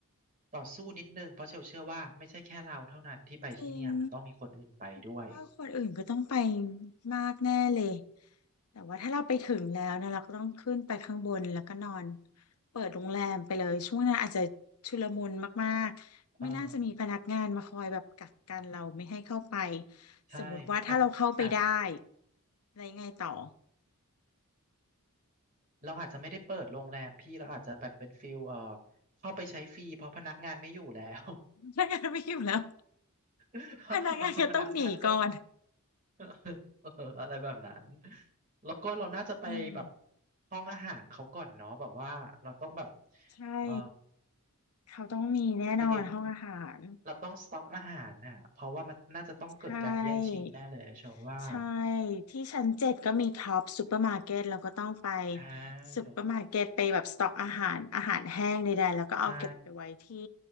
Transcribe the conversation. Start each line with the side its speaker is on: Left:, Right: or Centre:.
Right: ต่อสู้นิดนึงเพราะเชลเชื่อว่าไม่ใช่แค่เราเท่านั้นที่ไปที่เนี่ยมันต้องมีคนอื่นไปด้วย
Left: จริงพี่ว่าคนอื่นก็ต้องไปมากแน่เลยแต่ว่าถ้าเราไปถึงแล้วนะเราก็ต้องขึ้นไปข้างบนแล้วก็นอนเปิดโรงแรมไปเลยช่วงนั้นอาจจะชุลมุนมากๆไม่น่าจะมีพนักงานมาคอยแบบกักกันเราไม่ให้เข้าไป
Right: อ่าใช่อาจอาจ
Left: สมมติว่าถ้าเราเข้าไปได้อะไรไงต่อ
Right: เราอาจจะไม่ได้เปิดโรงแรมพี่เราอาจจะแบบเป็นฟิลเอ่อเข้าไปใช้ฟรีเพราะพนักงานไม่อยู่แล้ว
Left: พนักงานไม่อยู่แล้ว
Right: <laughs>
Left: พนักงานก็ต้องหนีก่อน
Right: เออพนักงานก็ <laughs> เอออะไรแบบนั้นแล้วก็เราน่าจะไปแบบ
Left: อืม
Right: ห้องอาหารเขาก่อนเนาะแบบว่าเราต้องแบบ
Left: ใช่
Right: เออ
Left: เขาต้องมีแน่นอนห้องอาหาร
Right: ไปเราต้องสต็อกอาหารน่ะเพราะว่ามันน่าจะต้องเกิดการแย่งชิงแน่เลยเชื่อว่า
Left: ใช่ ใช่ที่ชั้นเจ็ดก็มีท็อปซูเปอร์มาร์เก็ตเราก็ต้องไป
Right: อ่า
Left: ซูเปอร์มาร์เก็ตไปแบบสต็อกอาหารอาหารแห้งใดๆแล้วก็เอาเก็บไปไว้ที่
Right: ใช่